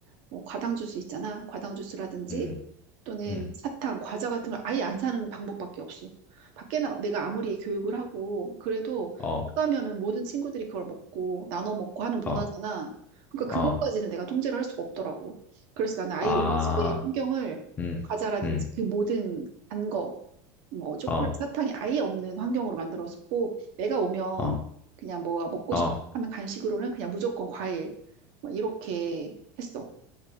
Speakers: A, on the right (about 50°); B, on the left (about 15°).
A: 뭐 과당 주스 있잖아. 과당 주스라든지
B: 음,
A: 또는
B: 음,
A: 사탕, 과자 같은 걸 아예 안 사는 방법밖에 없어. 밖에 나 내가 아무리 교육을 하고 그래도
B: 어,
A: 못 가면은 모든 친구들이 그걸 먹고 나눠 먹고 하는 문화잖아.
B: 어,
A: 그러니까 그것까지는
B: 어,
A: 내가 통제를 할 수가 없더라고. 그래서 나는 아예
B: 아,
A: 우리 집의 환경을
B: 음,
A: 과자라든지
B: 음,
A: 그 모든 단 거, 뭐 초콜릿,
B: 어,
A: 사탕이 아예 없는 환경으로 만들었었고 내가 오면
B: 어,
A: 그냥 뭐가 먹고
B: 어,
A: 싶 하면 간식으로는 그냥 무조건 과일 뭐 이렇게 했어.